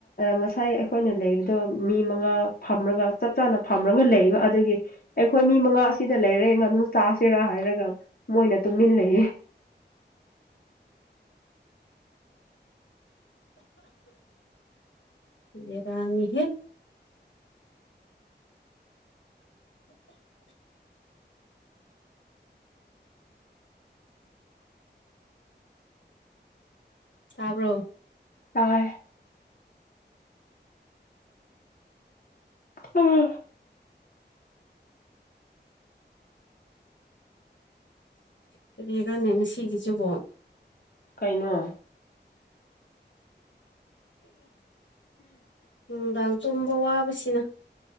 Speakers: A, on the left; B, on the left.
A: ꯉꯁꯥꯏ ꯑꯩꯈꯣꯏꯅ ꯂꯩꯕꯗꯣ ꯃꯤ ꯃꯉꯥ ꯐꯝꯔꯒ ꯆꯞ ꯆꯥꯅ ꯐꯝꯔꯒ ꯂꯩꯕ ꯑꯗꯨꯒꯤ ꯑꯩꯈꯣꯏ ꯃꯤ ꯃꯉꯥ ꯑꯁꯤꯗ ꯂꯩꯔꯦ ꯉꯥꯅꯨ ꯆꯥꯁꯤꯔꯥ ꯍꯥꯏꯔꯒ ꯃꯣꯏꯅ ꯇꯨꯝꯃꯤꯟ ꯂꯩꯌꯦ <inaudible>
B: ꯕꯦꯔꯥꯅꯤꯍꯦ ꯇꯥꯕ꯭ꯔꯣ
A: ꯇꯥꯏ ꯎꯝ
B: ꯀꯔꯤꯔꯅꯦ ꯑꯁꯤꯒꯤꯁꯤꯕꯣ
A: ꯀꯩꯅꯣ
B: ꯅꯨꯡꯗꯥꯡ ꯆꯨꯝꯕ ꯋꯥꯕꯁꯤꯅ